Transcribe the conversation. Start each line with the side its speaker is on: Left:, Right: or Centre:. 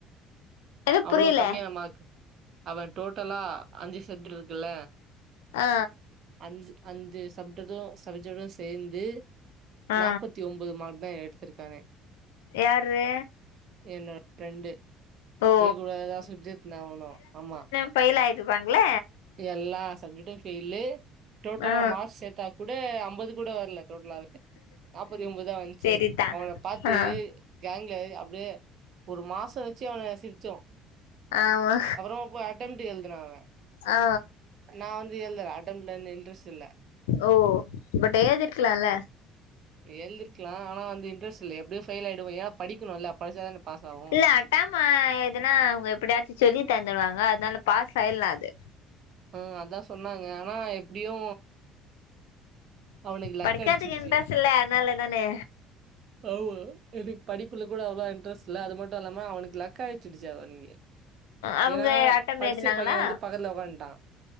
Left: எனக்கு
Right: அவ்ளோ
Left: புரியல
Right: கம்மியான மார்க் அவ டோட்டலா அஞ்சு செட் இருக்குல்ல
Left: ஆ
Right: அஞ் அஞ்சு சப்டது சபஜடு சேந்து
Left: ஆ
Right: நாப்பத் தி ஒம்பது மார்க் தா எடுத்திருக்கானே
Left: யார்ரு
Right: என்னோட ஃப்ரெண்டு
Left: ஓ
Right: ஏ கூடதா சுத்திட்டுந்தா அவனு ஆமா
Left: ஃபெய்ல் ஆய்டுவாங்ல
Right: எல்லா சப்ஜெக்ட்டு ஃபெய்லு. டோட்டலா
Left: ஆ
Right: மார்க்ஸ் சேத்தா கூட அம்பது கூட வர்ல. டோட்லாவே நாப்பத்தி ஒம்பதுதா வந்துச்சு.
Left: செரிதா
Right: அவன பாத்து
Left: ஆ
Right: கேங்குல அப்டியே ஒரு மாசோ வச்சு அவன சிரிச்சோ
Left: ஆமா.
Right: அப்புறமா போய் அட்டம்ட் எழுதுனா அவ
Left: ஆ
Right: நா வந்து எழ்தல அடெம்ப்ட்ல அந்த இன்ட்ரெஸ்ட் இல்ல.
Left: ஓ பட் ஏதி இருக்லால.
Right: எழ்திருக்லா. ஆனா வந்து இன்ட்ரஸ்ட் இல்ல. எப்டியு ஃபெய்ல் ஆயிடுவோ ஏ படிக்கணுல்ல. படிச்சாதான பாஸ் ஆவு
Left: இல்ல, அட்டாம எதுனா அவுங்க எப்டியாச்சு சொல்லி தந்துருவாங்க. அதனால பாஸ் ஆயில்லா அது.
Right: ஆ அதா சொன்னாங்க. ஆனா எப்டியு அவனுக்கு லக்
Left: படிக்கதுக்கு
Right: அடிச்சிருச்சு
Left: இன்ட்ரெஸ்ட் இல்ல அதனால தானே.
Right: ஆமா, எனக்கு படிப்புல கூட அவ்ளா இன்ட்ரெஸ்ட் இல்ல அது மட்டு இல்லாம அவனுக்கு லக் அடுச்சுடுச்சு அன்னைக்கு
Left: அவங்க
Right: ஏன்னா
Left: அட்டம்
Right: படிச்ச
Left: எழுதுனாங்களா
Right: பைய வந்து பக்கத்துல ஒக்கான்ட்டா